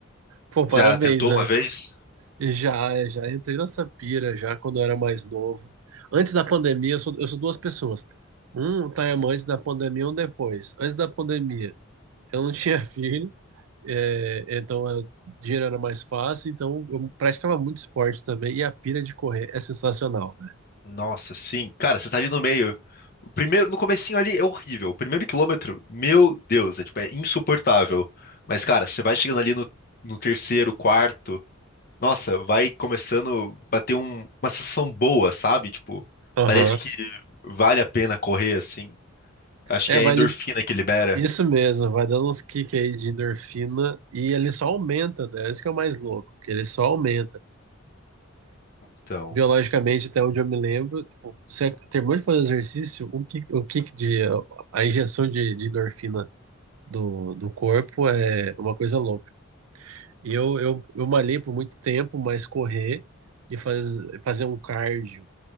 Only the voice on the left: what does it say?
Já tentou
uma vez?
Nossa, sim. Cara, você tá ali no meio. O primeiro, no comecinho ali é horrível. O primeiro quilômetro, meu Deus, é, tipo, é insuportável. Mas, cara, você vai chegando ali no, no terceiro, quarto. Nossa, vai começando a bater um- uma sensação boa, sabe? Tipo,
parece que vale a pena correr assim. Acho
que é
a endorfina
que libera.
Então,